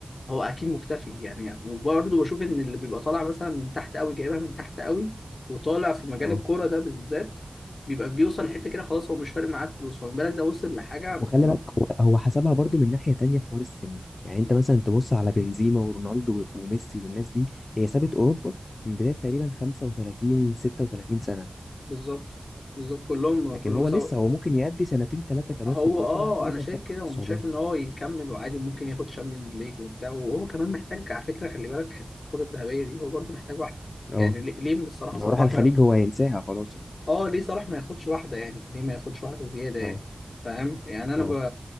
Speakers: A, on the left (about 85°); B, on the left (about 60°).
A: هو اكيد مختفي يعني وبرضه بشوف ان اللي بيبقى طالع مثلا من تحت قوي جايبها من تحت قوي وطالع في مجال
B: اه
A: الكوره ده بالذات بيبقى بيوصل لحته كده خلاص هو مش فارق معاه الفلوس فما بالك ده وصل لحاجه
B: وخلي
A: م-
B: بالك هو هو حسبها برضو من ناحية تانية حوار السن يعني انت مثلا تبص على بنزيما ورونالدو و- وميسي والناس دي هي سابت اوروبا من بداية تقريبا 35 36 سنة
A: بالظبط بالظبط كلهم
B: لكن
A: كلهم
B: هو
A: سوا
B: لسه هو ممكن يأدي سنتين ثلاثة كمان
A: هو
B: في اوروبا
A: اه
B: بعد كده
A: انا شايف
B: يفكر
A: كده
B: في السعودية
A: ومش شايف ان هو يكمل وعادي ممكن ياخد شامبيونز ليج وبتاع وهو كمان محتاج على فكره خلي بالك حته الكره الذهبيه دي هو برضه محتاج واحده
B: اه
A: يعني ليه ليه بصراحه
B: لو
A: صلاح
B: راح الخليج هو هينساها خلاص اه
A: اه ليه صلاح ما ياخدش واحده يعني ليه ما ياخدش واحده زياده يعني
B: اه
A: فاهم يعني انا
B: اه
A: ب...